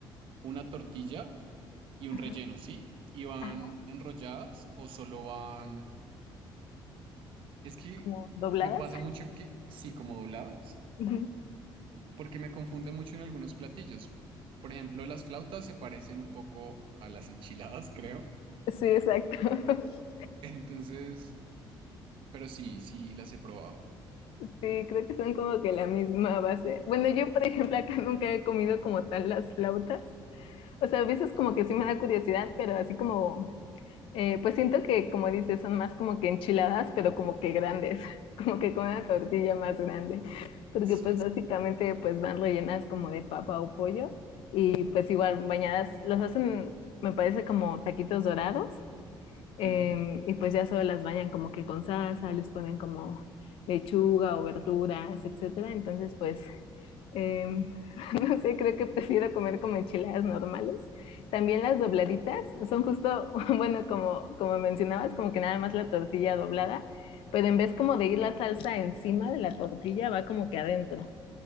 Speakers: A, on the right; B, on the left.
A: una tortilla y un
B: Ajá,
A: relleno, ¿sí? ¿Y van
B: ajá,
A: enrolladas o solo van... Es que
B: como dobladas.
A: me pasa mucho que sí, como dobladas,
B: Ujú.
A: porque me confunden mucho en algunos platillos. Por ejemplo, las flautas se parecen un poco a las enchiladas, <laughs> creo.
B: Sí, exacto. <laughs>
A: Entonces... Pero sí, sí las he probado.
B: Sí, creo que son como que la misma base. Bueno, yo, por ejemplo, acá nunca he comido como tal las flautas. O sea, a veces
A: Ok.
B: como que sí me da curiosidad, pero así como, eh, pues siento que, como dices, son más como que enchiladas, pero como que grandes, <laughs> como que con una tortilla más grande, porque
A: Sí.
B: pues básicamente pues van rellenas como de papa o pollo y pues igual bañadas, los hacen, me parece como taquitos dorados Em,
A: Ujú.
B: y pues ya solo las bañan como que con salsa, les ponen como lechuga o verduras, etcétera. Entonces, pues, em, <laughs> no sé, creo que prefiero comer como enchiladas normales. También las dobladitas son justo, <laughs> bueno, como, como mencionabas, como que nada más la tortilla doblada, pero en vez como de ir la salsa encima de la tortilla, va como que adentro.